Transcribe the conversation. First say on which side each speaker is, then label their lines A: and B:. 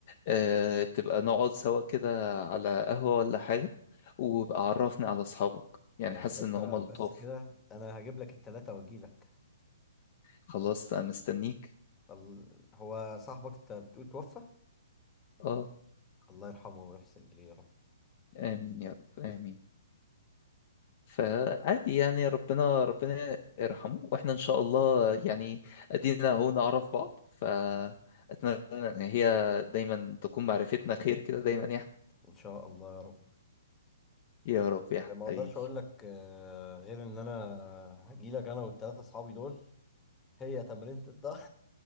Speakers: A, on the left (about 40°); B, on the left (about 15°).
A: آه، تبقى نقعد سوا كده على قهوة ولا حاجة وبقى عرفني على اصحابك يعني
B: يا
A: حاسس
B: باشا
A: ان هما لطاف
B: بس كده انا هجيب لك التلاته واجي لك
A: خلاص انا مستنيك
B: ال... هو صاحبك انت بتقول توفى
A: اه
B: الله يرحمه ويحسن اليه يا رب
A: امين يا رب امين فعادي يعني ربنا ربنا يرحمه واحنا ان شاء الله يعني ادينا اهو نعرف بعض فاتمنى ان هي دايما تكون معرفتنا خير كده دايما يا ح-
B: ان شاء الله يا رب
A: يا رب يا
B: ما اقدرش
A: حبيبي
B: اقول لك آه، غير ان انا هجي لك انا والتلاته اصحابي دول هي تمرينة الظهر